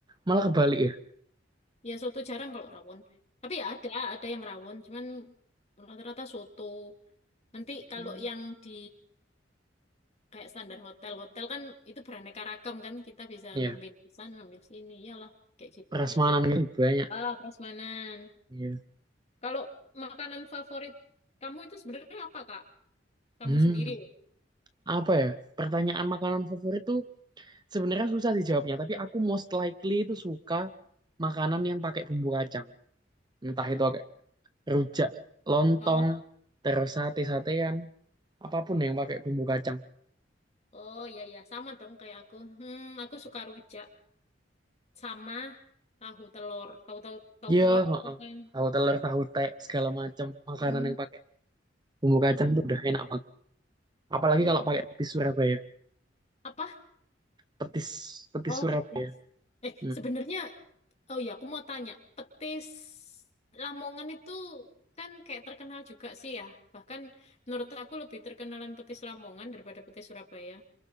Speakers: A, on the right; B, on the left.
A: malah kebalik ya.
B: Ya soto jarang kalau rawon. Tapi ya ada, ada yang rawon, cuman rata-rata soto. Nanti kalau
A: Hmm.
B: yang di kayak standar hotel. Hotel kan itu beraneka ragam kan, kita bisa
A: Iya.
B: ngambil di sana, ngambil sini. Iyalah, kayak gitu
A: Prasmanan
B: aja.
A: gitu banyak.
B: Ah, prasmanan.
A: Iya.
B: Kalau makanan favorit kamu itu sebenarnya apa, Kak? Kamu
A: Hmm.
B: sendiri loh.
A: Apa ya? Pertanyaan makanan favorit tuh sebenarnya susah sih jawabnya. Tapi aku most likely itu suka makanan yang pakai bumbu kacang. Entah itu rujak lontong
B: Oh,
A: terus sate-satean apapun yang pakai bumbu kacang
B: oh ya ya, sama dong kayak aku. Hmm, aku suka rujak sama tahu telur. Tahu tahu tahu
A: iya.
B: telur
A: heeh.
B: tuh kan.
A: tahu telur tahu tek segala macam makanan
B: Hmm,
A: yang pakai bumbu kacang
B: mm, mm.
A: tuh udah enak banget apalagi
B: Iya.
A: kalau pakai petis Surabaya
B: Apa?
A: petis petis
B: Oh,
A: Surabaya
B: petis. Eh,
A: Hmm.
B: sebenarnya Oh ya, aku mau tanya, petis Lamongan itu kan kayak terkenal juga sih ya. Bahkan menurut aku lebih terkenalan petis Lamongan daripada petis Surabaya.